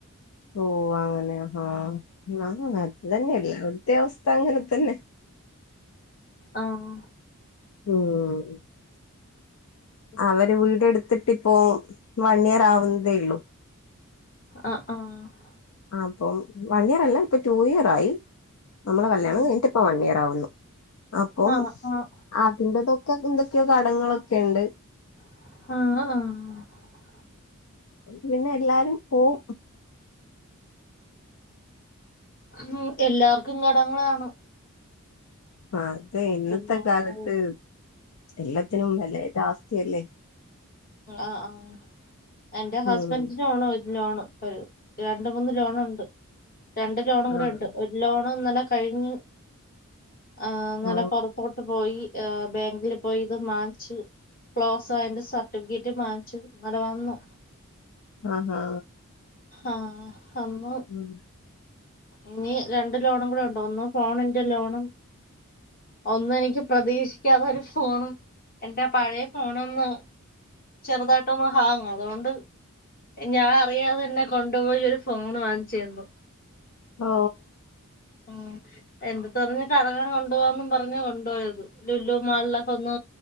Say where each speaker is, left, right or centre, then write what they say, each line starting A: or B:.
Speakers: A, on the left (about 80°); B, on the left (about 40°).
A: ഓ അങ്ങനെ ആഹാ ആഹ അത് തന്നെ എല്ലടത്തെ അവസ്ഥ അങ്ങനെ തന്നെ
B: ആഹ
A: ഉം അവര് വീടെടുത്തിട് ഇപ്പോ വൺയർ ആവുന്നതേ ഉള്ളൂ
B: ആഹ ആഹ
A: ആഹ അപ്പോ വൺ ഇർ അല്ല ഇപ്പൊ ടു ഇയർ ആയി നമ്മളെ കല്യാണം
B: ഉം
A: കഴിഞ്ഞിട്ട് ഇപ്പ വൺ ഇയർ ആവുന്നു അപ്പം
B: ആഹ് ആഹ്
A: അതിന്ന്റെതൊക്കെ എന്തൊക്കെയോ കടങ്ങളൊക്കെ ഉണ്ട്
B: <inaudible>
A: പിന്നെ എല്ലാരും പോവും
B: മ് എല്ലാർക്കും കടങ്ങളാണ് കാണും
A: അതെ ഇന്നത്തെ
B: പിന്നെ
A: കാലത്ത്
B: അത്
A: എല്ലാത്തിനും വില <inaudible> അവസ്ഥയല്ലേ
B: ആഹ ആഹ എന്റെ ഹസ്ബൻഡിനോഓണ്
A: ഉം
B: ലോണ് ഒരു രണ്ട് മൂന്ന് ലോണ ഉണ്ട് രണ്ട് ലോണും കൂടെ
A: ആഹ്
B: ഉണ്ട് ഒരു ലോൺ ഇന്നലെ കഴിഞ്ഞ് ആഹാ ഇന്നലെ
A: ഓ
B: പുറത്തോട്ട് പോയി <inaudible> ബാങ്കിൽ പോയി ഇത് മാർച്ച് ക്ലോസ് ആയറെ സർട്ടിഫിക്കറ്റ് വങ്ങിച് ഇന്നലെ വാന്നു
A: ആഹ ആഹ
B: ആഹ് അമ്മ
A: ഉം
B: ഇനി രണ്ട് ലോണും കൂടെ ഉണ്ട ഒന്നും ഫോണിന്റെ ലോണും ഒന്ന എനിക്ക് പ്രതീക്ഷിക്കാതെ ഒരു ഫോണും എന്റെ പഴയ ഫോണ ഒന്ന് ചെറുതായിട്ടൊന്ന് ഹാങ്ങ അതുകൊണ്ട് ഞാ അരിയാതെ തന്നെ കൊണ്ടുപോയി ഒരു ഫോൺ വാങ്ങിച്ചു തന്നു
A: ഓ
B: ഉം എന്റെ അടുത്ത് കറങ്ങാൻ കൊണ്ട പോവാന്നും പറഞ്ഞ് കൊണ്ടുപോയത് ലുല്ലു മാളിലൊക്കെ ഒന്ന്